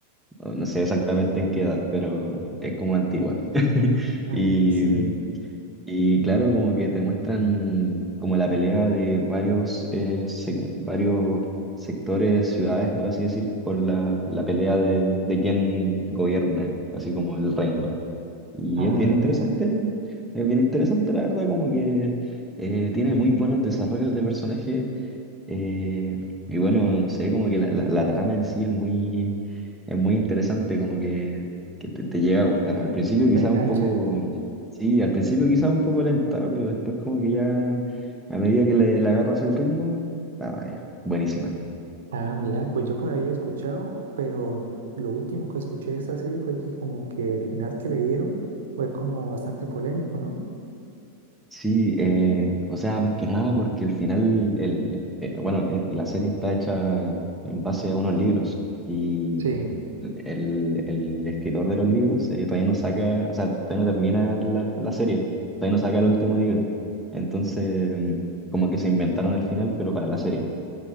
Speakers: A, in the centre; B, on the right (about 60°).
A: O No sé exactamente en qué edad, pero es como antigua. <laughs>
B: Ah,
A: Y
B: sí.
A: Y claro, como que te muestran como la pelea de varios, eh, se- varios sectores, ciudades, por así decir, por la, la pelea de, de quién gobierna, así como el reino. Y
B: Ah,
A: es bien
B: mira.
A: interesante, es bien interesante la verdad, como que eh, tiene muy buenos desarrollos de personajes eh, y bueno, no sé, como que la, la, la trama en sí es muy, es muy interesante, como que, que te, te llega a gustar. Al principio quizás
B: Te engancha.
A: un poco, sí, al principio quizás un poco lenta, pero después como que ya, a medida que le, le agarras el ritmo, ah, es buenísima.
B: Ah, mira, pues yo por ahí he escuchado, pero lo último que escuché de esa serie fue que como que el final que le dieron fue como bastante polémico, ¿no?
A: Sí, eh, o sea, más que nada porque el final, el, eh, bueno, eh, la serie está hecha en en base a unos libros y
B: Sí.
A: el, el escritor de los libros eh, todavía no saca, o sea, todavía no termina la, la serie, todavía no saca el último libro. Entonces, mm, como que se inventaron el final, pero para la serie.